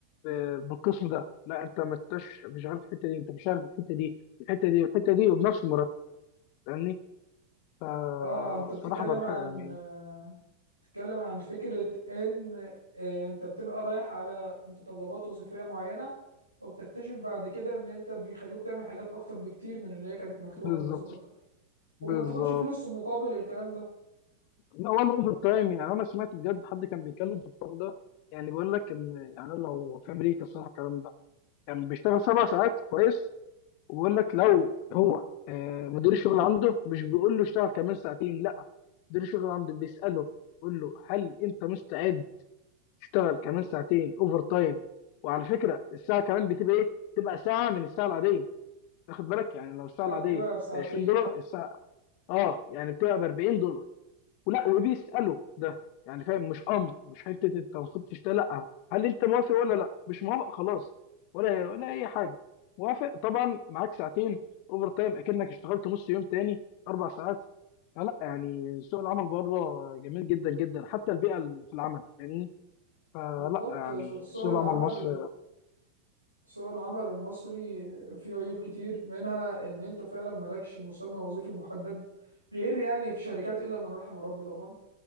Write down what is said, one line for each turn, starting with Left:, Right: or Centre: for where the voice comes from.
Left: آه، بالقسم ده لا انت ما انتش مش شغال في الحته دي انت مش شغال في الحته دي الحته دي والحته دي وبنفس المرتب فاهمني؟ فالصراحه
Right: اه انت بتتكلم
Left: ما بحب
Right: عن
Left: يعني
Right: آه، بتتكلم عن فكرة ان آه، انت بتبقى رايح على متطلبات وظيفية معينة وبتكتشف بعد كده ان انت بيخلوك تعمل حاجات اكتر بكتير من اللي هي كانت مكتوبة
Left: بالظبط
Right: في الوظيفة بتاعتك وما
Left: بالظبط
Right: بتاخدش فلوس مقابل الكلام ده
Left: لا ولا اوفر تايم يعني انا سمعت بجد حد كان بيتكلم في الحوار ده يعني بيقول لك ان يعني لو في امريكا الصراحه الكلام ده يعني بيشتغل سبع ساعات كويس وبيقول لك لو هو آه، مدير الشغل عنده مش بيقول له اشتغل كمان ساعتين لا مدير الشغل عنده بيساله بيقول له هل انت مستعد تشتغل كمان ساعتين اوفر تايم وعلى فكره الساعه كمان بتبقى ايه؟ بتبقى ساعه من الساعه العاديه تاخد بالك يعني لو الساعه
Right: بتاع-
Left: العاديه
Right: بتبقى بساعتين
Left: ب 20 دولار الساعه اه يعني بتبقى ب 40 دولار ولا وبيساله ده يعني فاهم مش امر مش حته انت المفروض تشتغل لا هل انت موافق ولا لا مش موافق خلاص ولا ولا اي حاجه موافق طبعا معاك ساعتين اوفر تايم اكنك اشتغلت نص يوم تاني اربع ساعات فلا يعني سوق العمل بره جميل جدا جدا حتى البيئه اللي في العمل فاهمني فلا
Right: بالظبط
Left: يعني
Right: سوق
Left: سوق
Right: العمل
Left: العمل مصر
Right: سوق العمل المصري فيه عيوب كتير منها ان انت فعلا مالكش مسمى وظيفي محدد غير يعني في شركات الا من رحم ربي طبعا